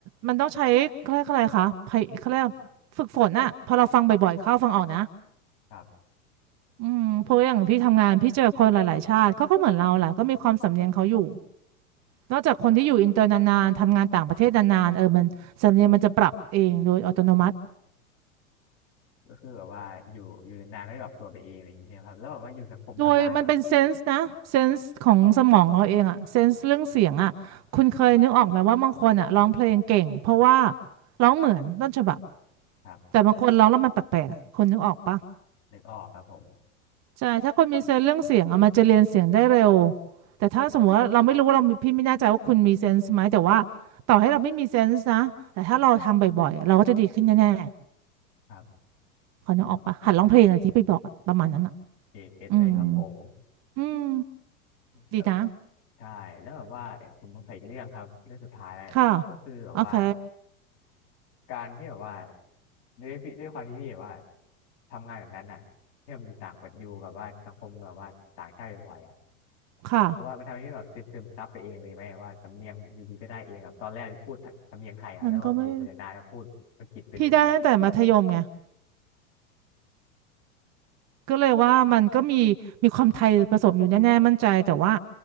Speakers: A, on the right (about 40°); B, on the left (about 60°).
A: มันต้องใช้เขาเรียกอะไรคะไพยเขาเรียกฝึกฝนอะพอเราฟังบ่อยๆเข้าฟังออกนะ
B: ครับ
A: อืมเพราะว่าอย่างพี่ทำงานพี่เจอคนหลายๆชาติเขาก็เหมือนเราแหละก็มีความสำเนียงเขาอยู่นอกจากคนที่อยู่อินเตอร์นานๆทำงานต่างประเทศนานๆเออมันสำเนียงมันจะปรับเองโดยอัตโนมัติ
B: ก็คือแบบว่าอยู่อยู่นานๆก็จะแบบตัวไปเองอะไรอย่างเงี้ยครับแล้วแบบว่าอยู่สังคมทำงานแบบ
A: โดยมันเป็นเซนส์นะเซนส์ของสมองเราเองอะเซนส์เรื่องเสียงอะคุณเคยนึกออกไหมว่าบางคนอะร้องเพลงเก่งเพราะว่าร้องเหมือนต้นฉบับ
B: ครับ
A: แต่บางคนร้องแล้วมันแปลกๆอะคนนึกออกปะ
B: นึกออกครับผม
A: ใช่ถ้าคนมีเซนส์เรื่องเสียงอะมันจะเรียนเสียงได้เร็วแต่ถ้าสมมติว่าเราไม่รู้ว่าเรามีพี่ไม่แน่ใจว่าคุณมีเซนส์ไหมแต่ว่าต่อให้เราไม่มีเซนส์นะแต่ถ้าเราทำบ่อยๆเราก็จะดีขึ้นแน่
B: ครับ
A: ๆคนนึกออกปะหัดร้องเพลงอะไรที่ไปบอกอะประมาณนั้นอะ
B: เกเก็ตเลยครับผม
A: อืมอืม
B: แล้ว
A: ดีนะ
B: ใช่แล้วแบบว่าผมสงสัยอีกเรื่องครับเรื่องสุดท้ายแล้วก็คือแบบว่า
A: ค่ะโอเค
B: การที่แบบว่าด้วยพี่ด้วยความที่พี่แบบว่าทำงานแบบนั้นอ่ะที่แบบอยู่ต่างประเทศอยู่กับว่าสังคมแบบว่าต่างชาติบ่อยๆอ่ะ
A: ค่ะ
B: เห็นว่ามันทำให้พี่แบบซึมซึมซับไปเองเลยไหมว่าสำเนียงอยู่ดีก็ได้เองแบบตอนแรกพูดสำเนียงไทยอ่ะแล้วแบบอยู่ไปนานๆแล้วพูดอังกฤษไปเลยอ่ะ
A: มันก็ไม่พี่ได้ตั้งแต่มัธยมไงก็เลยว่ามันก็มีมีความไทยผสมอยู่แน่ๆมั่นใจแต่ว่า